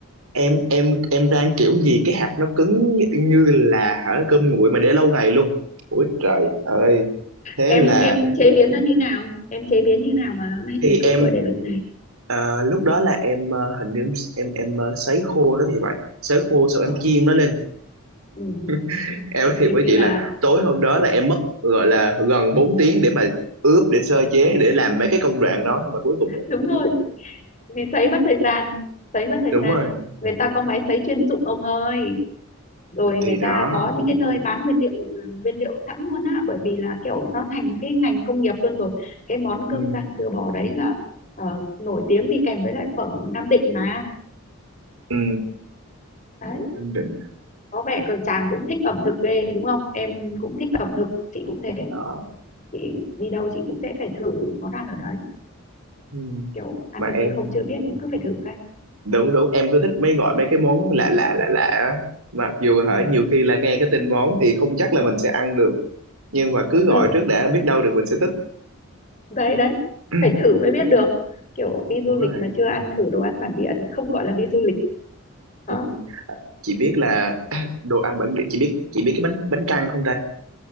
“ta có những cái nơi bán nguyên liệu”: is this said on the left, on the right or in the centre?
Left